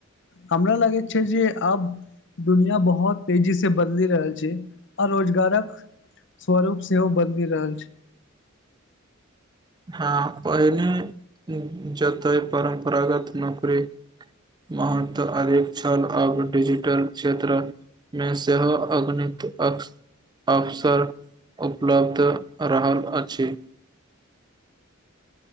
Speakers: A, on the left; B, on the right.
A: हमरा लागै छै जे आब दुनिया बहुत तेजी से बदलि रहल छै आ रोजगारक स्वरूप सेहो बदलि रहल छै
B: हँ पहिने जतय परम्परागत नौकरी महत्त अधिक छल आब डिजिटल क्षेत्रक मे सेहो अगणित अक अवसर उपलब्ध रहल अछि